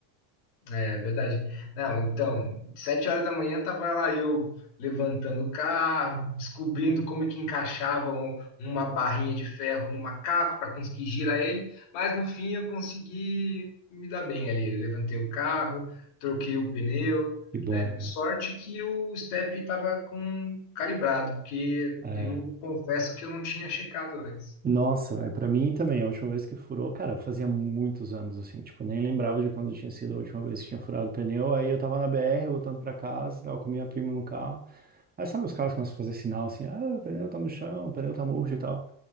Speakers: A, on the left; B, on the right.
A: É verdade. Não, então, sete horas da manhã tava lá eu levantando o carro, descobrindo como é que encaixava um- uma barrinha de ferro no macaco para conseguir girar ele, mas no fim eu consegui me dar bem ali. Eu levantei o carro, troquei o pneu,
B: Que bom,
A: né?
B: cara.
A: Sorte que o step estava com calibrado, porque
B: É.
A: eu confesso que eu não tinha checado antes.
B: Nossa, velho, pra mim também, a última vez que furou, cara, fazia muitos anos assim, tipo, nem lembrava de quando tinha sido a última vez que tinha furado o pneu. Aí eu tava na BR voltando pra casa, tava com minha prima no carro. Aí sabe, os carros começam a fazer sinal assim: ah, o pneu tá no chão, o pneu tá murcho e tal.